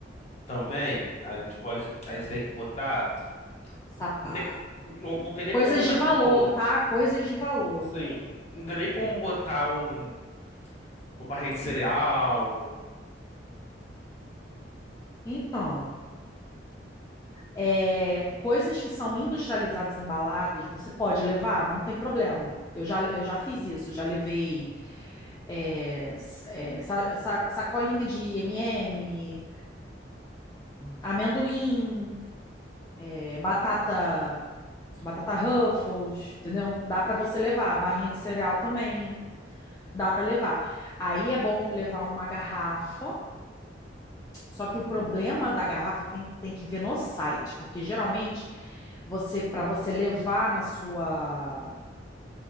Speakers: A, on the left; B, on the left.
A: Também, a gente pode. A gente tem que botar.
B: Sapato.
A: Não tem, não, não tem nem
B: Coisas
A: como botar,
B: de valor,
A: tipo.
B: tá? Coisas de valor.
A: Sim. Não tem nem como botar um... uma barrinha de cereal.
B: Então, é, coisas que são industrializadas, embaladas, você pode levar, não tem problema. Eu já, eu já fiz isso, já levei é, s- é, sa- sa- sacolinha de M&M, amendoim, é, batata, batata Ruffles, entendeu? Dá para você levar, barrinha de cereal também, dá para levar. Aí é bom levar uma garrafa, só que o problema da garrafa tem, tem que ver no site, porque geralmente você para você levar na sua